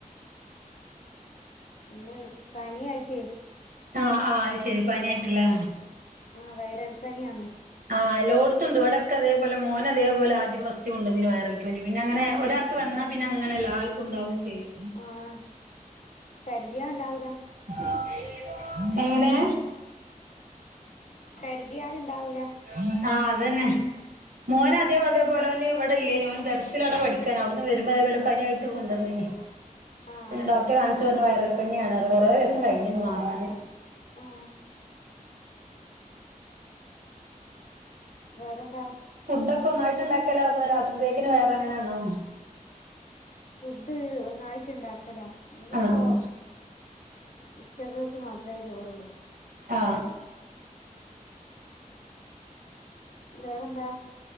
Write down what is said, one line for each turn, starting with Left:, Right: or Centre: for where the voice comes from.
Left: ഇന്ന് പനി ആയിറ്റേ
Right: ആഹ് ആഹ് അത് ശരി പനി ആയിറ്റ് ല്ലേ
Left: ആഹ് വയറൽപ്പനിയാണ്
Right: ആഹ് എല്ലോട്ത്തുണ്ട് ഇവിടൊക്ക അതേപോലെ മോന് അതേപോലെ ആദ്യം ഫസ്റ്റ് കൊണ്ടന്നീനി വൈറൽ പനി പിന്നെ അങ്ങനെ ഒരാ ക്ക് വന്നാ പിന്നെ അങ്ങനെ എല്ലാർക്കും ഉണ്ടാവും ചെയ്യും
Left: ആഹ കരുതിിയാണ്ടാവൂല
Right: ഉ എങ്ങനെ
Left: കരുതിയാാലുണ്ടാവൂല
Right: ആഹ് അതന്നെ മോന അതേ പോഅതേപോലെ ഒന്ന്ന് ഇവിടെ ഇല്ലേനി ഓന് ദർസിൽ അവ്ടെ പഠിക്കാണ് അവിടുന്ന് വരുമ്പോ അതേോലെ പനായിട്ട് കൊണ്ടുവന്നീനി
Left: ആഹ്
Right: ഡോക്ടെകാണിിച്ചു പറഞ്ഞു വൈറൽ പനിയാണ് പറഞ്ഞ്കൊറേ ദിവസം കഴിഞ്ഞു മാറാാന്
Left: ആഹ് വേറെന്താ
Right: ഫുഡ്ൊക്കെ ഒന്നായിട്ട് ഉണ്ടാക്കല അതോ രാത്രിത്തേക്കി വേറെ എങ്ങനെയാണോ
Left: ഫുഡ് ഒന്നായിട്ട് ഇണ്ടാക്കല ഇന്നിപ്പോൊ
Right: ആഹ്
Left: ഉച്ചകൾക്ക് മാത്രമേ ചോറുള്ളൂ
Right: ആ
Left: വേറെന്താ